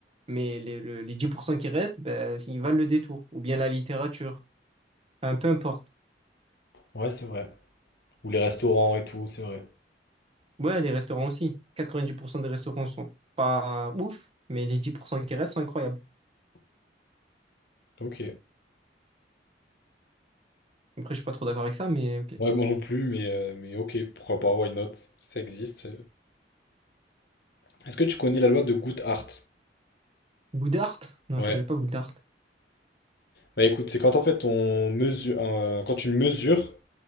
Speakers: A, on the right; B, on the left.
A: mais les, le- les 10% qui restent, ben, ils valent le détour. Ou bien la littérature, Enfin, peu importe.
B: Ouais, c'est vrai. Ou les restaurants et tout, c'est vrai.
A: Ouais, les restaurants aussi. 90% des restaurants sont pas ouf, mais les 10% qui restent sont incroyables.
B: Ok.
A: Après, je suis pas trop d'accord avec ça, mais ok.
B: Ouais, moi non plus, mais, euh, mais ok, pourquoi pas, why not? Ça existe. Est-ce que tu connais la loi de Goodhart?
A: Goudart? Non,
B: Ouais.
A: je connais pas Goudart.
B: Bah écoute, c'est quand en fait on mesure, euh, quand une mesure